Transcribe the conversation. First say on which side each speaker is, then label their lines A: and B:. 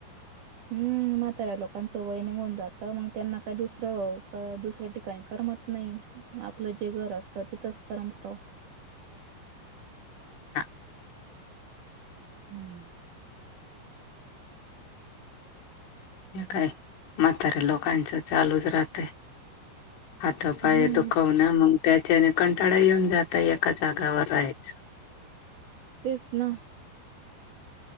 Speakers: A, on the right; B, on the left.
A: हम्म म्हाताऱ्या लोकांचं वय निघून जातं मग त्यांना काय दुसरं -दुसऱ्या ठिकाणी करमत नाही आपलं जे घर असतं तिथच करमत.
B: हा.
A: हम्म..
B: हे काय म्हाताऱ्या लोकांचं चालूच राहतय हाता, पाय
A: हम्म.
B: दु -कवन मग त्याच्याने कंटाळा येऊन जाता एका जागावर राहायचं.
A: तेच ना.